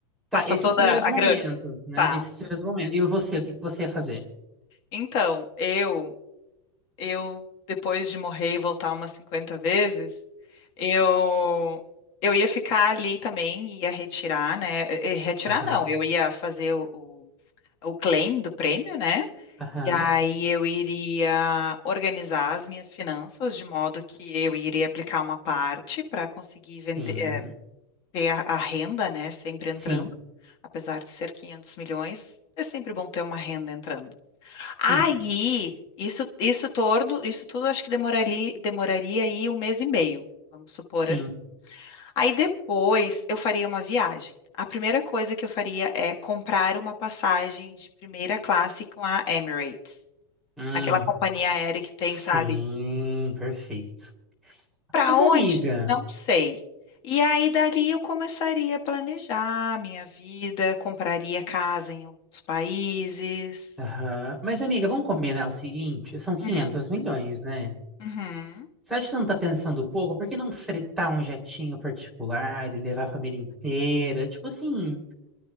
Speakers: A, in the centre; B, on the left.
A: tá,
B: passa
A: esses
B: toda
A: primeiros
B: a
A: momentos,
B: grana.
A: né?
B: Tá.
A: Esses primeiros momentos. E você, o que que você ia fazer?
B: Então, eu, eu depois de morrer e voltar umas 50 vezes, eu eu ia ficar ali também, ia retirar, né? E- e Retirar
A: Aham,
B: não, eu ia fazer o, o claim do prêmio, né?
A: aham,
B: E aí eu iria organizar as minhas finanças de modo que eu iria aplicar uma parte para conseguir
A: sim,
B: vender, eh, ter a, a renda, né, sempre entrando,
A: sim,
B: apesar de ser 500 milhões, é sempre bom ter uma renda entrando.
A: sim,
B: Aí, isso isso torno, isso tudo acho que demorali- demoraria aí um mês e meio, vamos supor
A: sim,
B: Aí depois eu faria uma viagem. A primeira coisa que eu faria é comprar uma passagem de primeira classe com a Emirates,
A: hum,
B: aquela companhia aérea que tem,
A: sim,
B: sabe?
A: perfeito.
B: Para
A: Mas
B: onde?
A: amiga,
B: Não sei. E aí dali eu começaria a planejar a minha vida, compraria casa em alguns países.
A: aham, mas amiga, vamos combinar o seguinte, são quinhentos
B: Hum,
A: milhões, né?
B: uhum.
A: Você acha que você não tá pensando pouco? Por que não fretar um jetinho particular e levar a família inteira? Tipo assim,